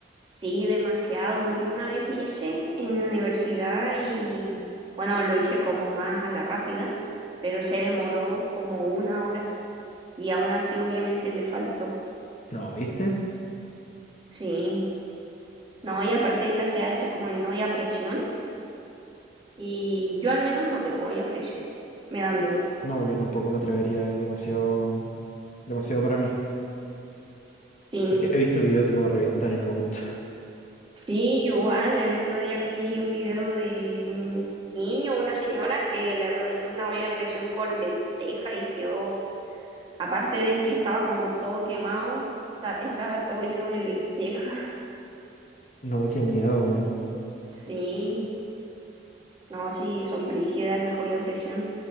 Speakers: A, on the right; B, on the left.
A: Sí, demasiado. Yo una vez hice en la universidad y, bueno, lo hice como más a la rápida, pero se demoró como una hora y aún así obviamente le faltó.
B: No, ¿viste?
A: Sí, no, y aparte esa se hace como en olla a presión y yo al menos no tengo olla a presión, me da miedo.
B: No, yo tampoco me atrevería, es demasiado, demasiado para mí.
A: Sí,
B: Porque he visto videos de cómo revientan y no me gusta. <laughs>
A: Sí, igual, el otro día vi un video de un niño, una señora que le reventó una olla de presión con lenteja y quedó, aparte de que estaba como todo quemado, ta- estaba todo lleno de lenteja. <laughs>
B: No, qué miedo, weón.
A: Sí, no, sí, son brígidas las ollas de presión.